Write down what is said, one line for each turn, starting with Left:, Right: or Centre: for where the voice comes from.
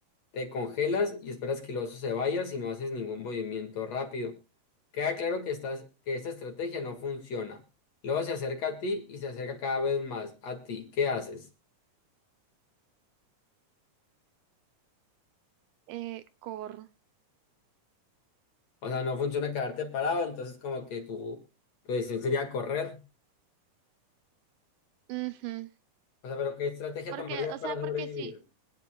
Left: Te congelas y esperas que el oso se vaya si no haces ningún movimiento rápido. Queda claro que estás, que esta estrategia no funciona. Luego se acerca a ti y se acerca cada vez más a ti. ¿Qué haces?
Right: Eh, cor.
Left: O sea, no funciona quedarte parado, entonces como que tu, tu decisión sería correr.
Right: Ujú.
Left: O sea, pero ¿qué estrategia
Right: Porque,
Left: tomarías
Right: o
Left: para
Right: sea,
Left: sobrevivir?
Right: porque si,